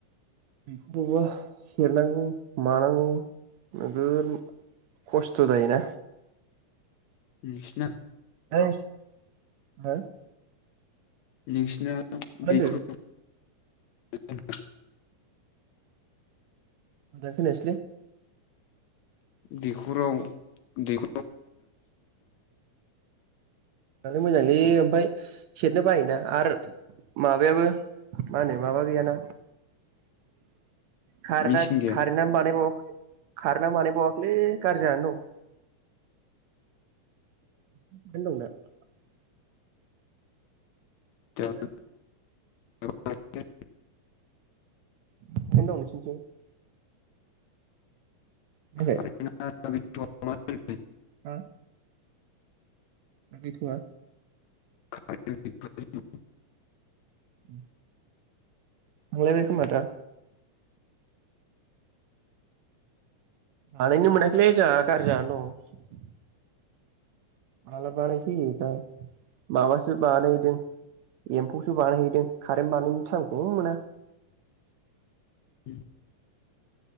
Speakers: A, on the right; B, on the left.
A: बेखौबा सेरनांगौ मानांगौ नोगोर खस्थ' जायोना
B: नोंसिना
A: थैस हा? <inaudible>
B: निसिना
A: होनदों
B: दैखर <inaudible> <unintelligible>
A: मोजां खोनायासैलै।
B: दैखराव <inaudible>
A: मोजांलै ओमफ्राय सेरनो बायोना आरो माबायाबो मा होनो माबा गैयाना। खारेना
B: मेचिन गैया
A: खारेनानो बानायबावाखै खारेनानो बानाय बावाखैलै गारजि जानानै दं। <unintelligible>
B: दा
A: हो?
B: <unintelligible>
A: खारेन दं नोंसिनिथिं? खोनायाखै?
B: कारेन्टआ <unintelligible>
A: हा? गैथ'आ
B: <unintelligible>
A: उ थांलायबाय खोमा दा। बानायनो मोनाखैलै जोहा गारजि जानानै दं। माला बानायफैयो दा माबासो बानायहैदों एम्फौसो बानायहैदों खारेन्ट बानायनो टाइमखौ मोना।
B: उ।